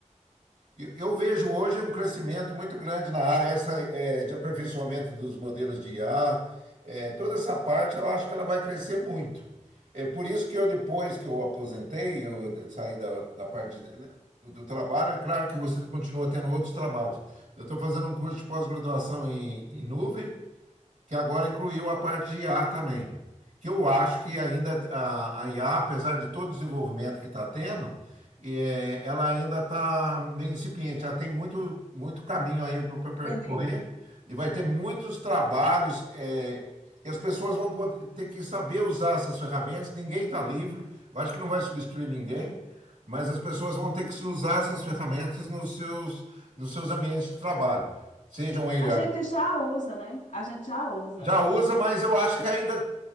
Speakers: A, on the right (about 75°); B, on the left (about 75°).
A: Eu eu vejo hoje um crescimento muito grande na área essa, é, de aperfeiçoamento dos modelos de IA. É, toda essa parte eu acho que ela vai crescer muito. É por isso que eu, depois que eu aposentei, eu saí da, da parte de- né, do trabalho, é claro que você continua tendo outros trabalhos. Eu estou fazendo um curso de pós-graduação em, em nuvem que agora incluiu a parte de IA também. Que eu acho que ainda a, a IA, apesar de todo o desenvolvimento que está tendo, eh, ela ainda está meio incipiente. Ela tem muito, muito caminho aí para percorrer
B: Aprender.
A: e vai ter muitos trabalhos. eh, e as pessoas vão poder- ter que saber usar essas ferramentas. Ninguém está livre. Eu acho que não vai substituir ninguém, mas as pessoas vão ter que se usar essas ferramentas nos seus, nos seus ambientes de trabalho. Sejam eles
B: A gente já usa, né? A gente já usa.
A: já usa, mas eu acho que ainda.